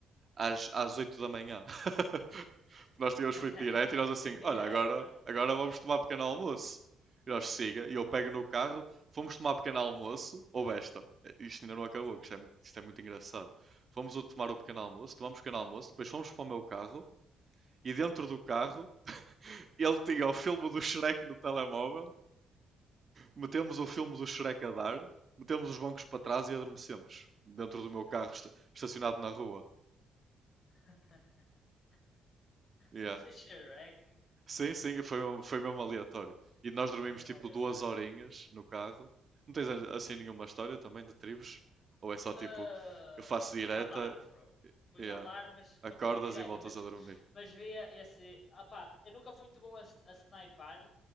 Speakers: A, on the right; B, on the left.
A: às, às 8 da manhã. <laughs> Nós tínhamos
B: <laughs>
A: feito direto e nós assim,
B: Direta.
A: olha, agora, agora vamos tomar pequeno almoço. E nós siga, e eu pego no carro, fomos tomar pequeno almoço, ou esta, isto ainda não acabou, que isto é, mu- isto é muito engraçado. Fomos o- tomar o pequeno almoço, tomamos o pequeno almoço, depois fomos para o meu carro, e dentro do carro ele tinha o filme do Shrek no telemóvel, metemos o filme do Shrek a dar, metemos os bancos para trás e adormecemos. Dentro
B: Pois,
A: do meu
B: imagino.
A: carro esta- estacionado na rua.
B: <laughs>
A: Yeah.
B: Do Shrek.
A: Sim, sim, foi, mesmo- foi mesmo aleatório. E nós dormimos
B: Isso é mesmo
A: tipo
B: aleatório.
A: duas horinhas no carro. Não tens a- assim nenhuma história também de tribos? Ou é só tipo,
B: Ah,
A: eu faço direta,
B: punha alarmes, bro. Punha
A: yeah,
B: alarmes,
A: acordas
B: não fazia direta,
A: e voltas
B: mas,
A: a dormir?
B: mas via esse. Opá, eu nunca fui muito bom a, a sniper.